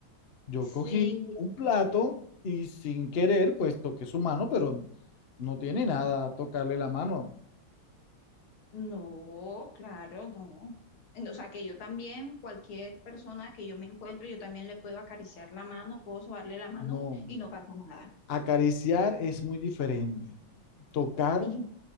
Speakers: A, on the left; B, on the left.
A: Yo
B: Sí,
A: cogí un plato y sin querer, pues toqué su mano, pero no tiene nada tocarle la mano.
B: no, claro, no. No, O sea, que yo también, cualquier persona que yo me encuentre, yo también le puedo acariciar la mano, puedo sobarle la mano
A: No,
B: y no pasa nada.
A: acariciar es muy diferente. Tocar,
B: Y